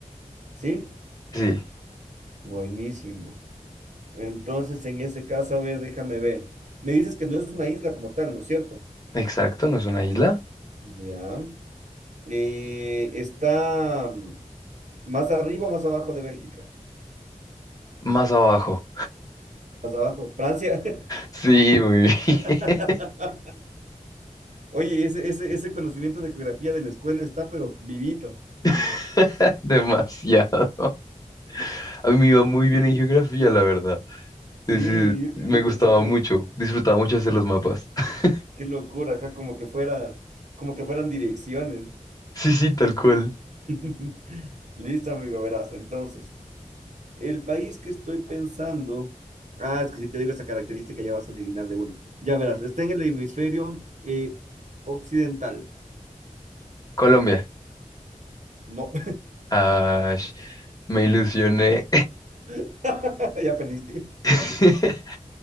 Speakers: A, on the right; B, on the left.
A: Sí,
B: sí,
A: buenísimo. Entonces, en ese caso, a ver, déjame ver. Me dices que no es una isla como tal, ¿no es cierto?
B: exacto, no es una isla.
A: Ya. Eh, está más arriba o más abajo de Bélgica.
B: Más abajo.
A: Más abajo. Francia.
B: Sí, muy bien.
A: <laughs> Oye, ese, ese, ese conocimiento de geografía de la escuela está, pero vivito.
B: <laughs> Demasiado. A mí me iba muy bien en geografía, la verdad.
A: Sí,
B: Sí, sí,
A: yo
B: me
A: creo
B: gustaba
A: que así como,
B: mucho, disfrutaba mucho hacer los mapas. <laughs>
A: qué locura, ajá, como que fuera, como que fueran direcciones.
B: Sí, sí, tal cual.
A: <laughs> Listo, amigo, verás. Entonces, el país que estoy pensando. Ah, es que si te digo esa característica ya vas a adivinar de una. Ya verás, está en el hemisferio eh, occidental.
B: Colombia.
A: No,
B: Ah, me ilusioné.
A: <laughs> ya perdiste.
B: <laughs>